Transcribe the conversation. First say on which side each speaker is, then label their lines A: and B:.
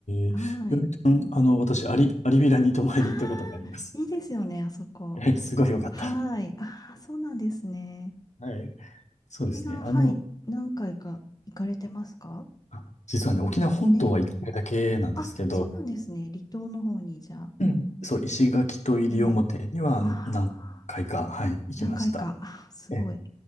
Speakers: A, on the left; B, on the left.
A: はい。
B: え、よりくん、あの、私、アリ、アリビラに泊まりに行ったことがあります。
A: ああ、いいですよね、あそこ。
B: ええ、すごいよかった。
A: はい。ああ、そうなんですね。
B: はい。そうですね。
A: 沖縄、
B: あの、
A: はい、何回か行かれてますか
B: あ実はね、沖縄本島は一回だけなんですけど、
A: ええ。あ、そうなんですね。離島の方に、じゃあ。
B: うん。そう、石垣と西表には何回か、
A: ええ。ああ、
B: はい、行きました。
A: 何回か。ああ、すごい。
B: ええ、